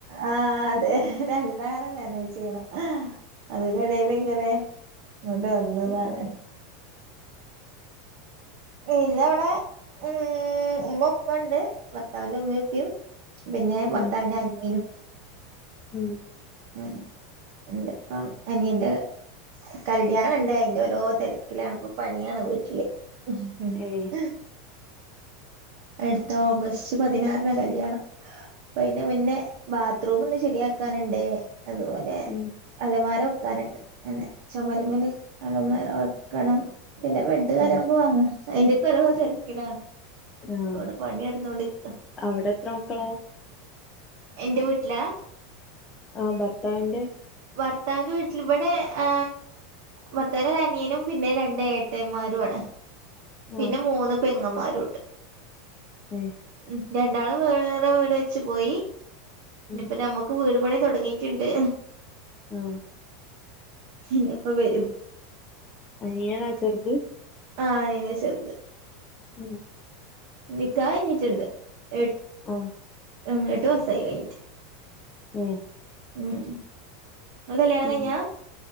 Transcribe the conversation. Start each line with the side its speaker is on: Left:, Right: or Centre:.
Right: ആ അതെ രണ്ടാളേം മാനേജ് ചെയ്യണം അതിനിടെലിങ്ങനെ ഇങ്ങോട്ട് വന്നതാണ്
Left: ഉം
Right: പിന്നെയിവിടെ ഉം മ്മുപ്പുണ്ട് ഭർത്താവിന്റെ ഉമ്മീം ഉപ്പീ പിന്നെ ഭർത്താവിന്റെ
Left: ഉം
Right: അനിയനും
Left: ഉം
Right: ഉ ഉ ഇപ്പം അനിയന്റെ കല്യാണണ്ട് അയിന്റെ ഓരോ തിരക്കിലാണ് ഇപ്പൊ പണിയാണ് വീട്ടില് <unintelligible>
Left: ഏഹ്
Right: അടുത്ത ഓഗസ്റ്റ് പതിനാറിന കല്യാണം ഇപ്പ അയിന്റെ മുന്നേ ബാത്റൂം ഒന്ന് ശരിയാക്കാനുണ്ട് അതുപോലെ
Left: ഉം
Right: അലമാരോ വക്കാനുണ്ട് അന്നെ ചുമരമല് അള്ളമേല വെക്കണം പിന്നെ ബെഡ് കാരമ്പം
Left: ഏഹ്
Right: വാങ്ങണം അയിൻ്റൊക്കെ ഓരോ തിരക്കിലാണ്
Left: ആഹ്
Right: അടെ പണിയ എടുതോണ്ട് നിക്ക
Left: അവിടെ എത്ര മക്കളാ
Right: എന്റെ വീട്ടിലാ
Left: ആഹ് ഭർത്താവിന്റെ
Right: ഭർത്താവിന്റെ വീട്ടിൽ ഇവിടെ ഏ ഭർത്താവിന്റെ അനിയനും പിന്നെ രണ്ട് ഏട്ടന്മാരു ആണ് പിന്നെ
Left: ആഹ്
Right: മൂന്ന് പെങ്ങമാരു ഉണ്ട്
Left: ഏഹ്
Right: ഉ രണ്ടാള് വേറെ വീട് വെച്ച് പോയി ഇനിപ്പ
Left: ഉം
Right: നമ്മുക്ക് വീട് പണി തുടങ്ങിട്ടുണ്ട്
Left: ഉ
Right: ഇന്നിപ്പ വരും
Left: അനിയനാ ചെറ്ത്.
Right: ആ അനിയനാ ചെറുത്.
Left: ഉം.
Right: നിക്കായിഞ്ഞിട്ട്ണ്ട് എ
Left: ആഹ്
Right: ഉം എട്ട് മാസായി കഴിഞ്ഞിട്ട്.
Left: ഉം.
Right: ഉം നിങ്ങളെ കല്യാണം
Left: ഉം
Right: കഴിഞ്ഞാ.